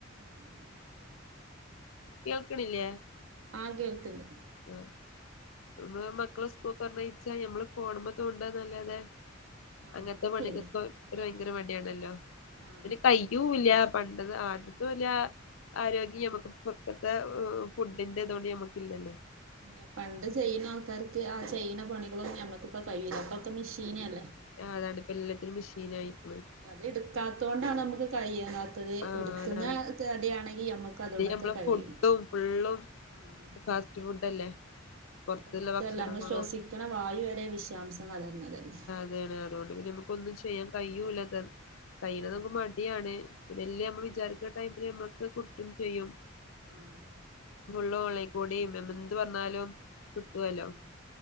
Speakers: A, on the right; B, on the left.
A: ആഹ്
B: ക്യോൾക്ക്ണില്ലേ
A: ആ കേൾക്ക്ണ്ട്
B: ഉം നമ്മള് മക്കളെ സ്കൂൾക്കർ ഞ്ഞയ്ച്ചാ ഞമ്മള് ഫോണ്മെ തോണ്ട നല്ലാതെ
A: ആഹ്
B: അങ്ങനത്തെ
A: അത്
B: പണികൾക്ക്ഒര്
A: ശരി
B: ഭയങ്കര മടി ആണല്ലോ
A: ആഹ്
B: പിന്നെ
A: ആഹ്
B: കൈ യൂല പണ്ടത് ആദ്യത്ത്വാല്ല ആരോഗ്യം നമുക്ക് പക്കത്തെ ഫുഡിന്റെതോണ്ട് നമക്ക് ഇല്ലല്ലോ
A: പിന്നെ പണ്ട് ചെയ്യുന്ന ആൾക്കാർക്ക് ആ ചെയ്യ്ണ പണികളും ഞമ്മക്കിപ്പ കഴിയില്ല. അപ്പൊക്കെ മിഷീനല്ലേ
B: ആഹ് അതാണ്പ്പ എല്ലത്തിനും മിഷീൻ ആയിക്ക്ണ്
A: അത് എടുക്കാത്തോണ്ടാണ് നമക്ക് കഴിണത് ത്തത്.
B: ആഹ്
A: ഇട്ക്കുന്ന
B: അതാണ്
A: തടിയാണെങ്കി ഞമ്മക്ക് അതോടൊക്കെ
B: ഇത് ഞമ്മളെ
A: കഴിയും
B: ഫുഡും ഫുള്ളും
A: ആഹ്
B: ഫാസ്റ്റ്
A: ആഹ്
B: ഫുഡ് അല്ലേ പുറത്തുള്ള
A: ഫുഡ് മാത്രല്ല
B: ഭക്ഷണങ്ങളും
A: നമ്മള് ശ്വസിക്ക്ണ വായു വരെ വിശാംസം കലർന്നതന്നെ
B: അതാണ്. അതോണ്ട് പിന്നെ നമക്കൊ ന്നും ചെയ്യാൻ കയിഴ്യൂല്ല. കൈയ്ണ്
A: ആഹ്
B: നമുക്ക് മടിയാണ് ഇതെല്ലാം നമ്മൾ
A: ആഹ്
B: വിചാരിക്കുന്ന ടൈമില് ഞമ്മൾക്ക് കുട്ടും ചെയ്യും
A: ആഹ്
B: ഫുള്ളും ഓൺളൈ കൂടി എന്ത് പറഞ്ഞാലും
A: ആഹ്
B: കിട്ടൊല്ലോ
A: ആഹ്